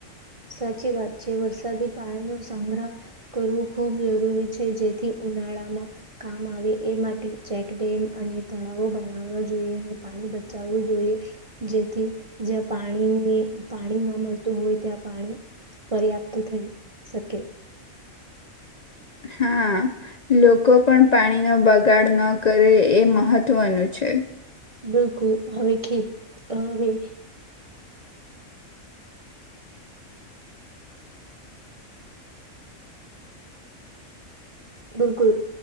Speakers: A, on the right (about 35°); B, on the left (about 40°).
A: સાચી વાત છે વરસાદી પાણી નું સંગ્રહ કરવો ખૂબ જરૂરી છે જેથી ઉનાળામાં કામ આવે એ માટે ચેકડેમ અને તળાવો બનાવવા જોઈએ ને પાણી બચાવવું જોઈએ જેથી જ્યાં પાણી પાણી ન મળતું હોય ત્યાં પાણી પર્યાપ્ત થઈ શકે.
B: હા લોકો પણ પાણીનો બગાડ ન કરે એ મહત્વનું છે.
A: બિલકુલ હવે ખેત હવે બિલકુલ